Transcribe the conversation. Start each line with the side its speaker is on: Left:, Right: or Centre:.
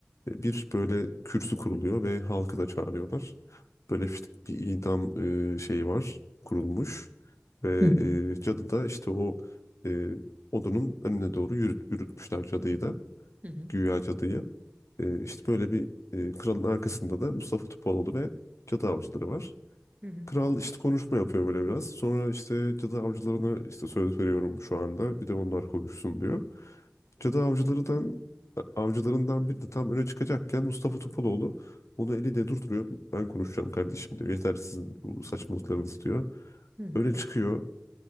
Left: e, bir böyle kürsü kuruluyor ve halkı da çağırıyorlar. Böyle işte bir idam e, şeyi var kurulmuş ve
Right: Hı hı.
Left: e, cadı da işte o e, odunun önüne doğru yürüt, yürütmüşler cadıyı da
Right: Hı hı.
Left: güya cadıyı. E, işte böyle bir e, kralın arkasında da Mustafa Topaloğlu ve cadı avcıları var.
Right: Hı hı. Hı hı.
Left: Kral işte konuşma yapıyor böyle biraz. Sonra işte cadı avcılarına işte söz veriyorum şu anda. Bir de onlar konuşsun diyor. Cadı avcılarından avcılarından biri de tam öne çıkacakken Mustafa Topaloğlu onu eliyle durduruyor. Ben konuşacağım kardeşim diyor. Yeter sizin bu saçmalıklarınız diyor.
Right: Hı hı.
Left: Öne çıkıyor